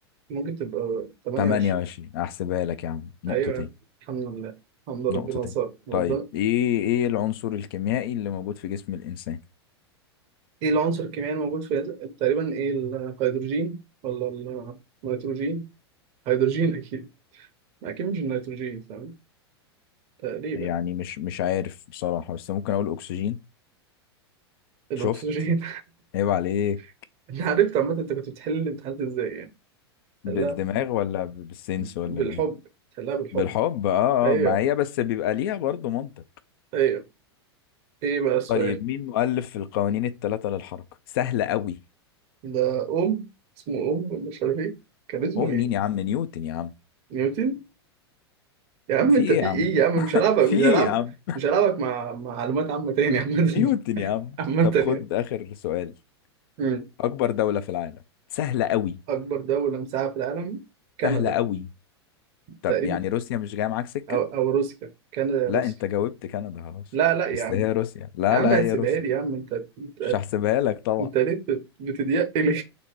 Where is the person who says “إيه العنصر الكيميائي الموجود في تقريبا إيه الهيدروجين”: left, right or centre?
Right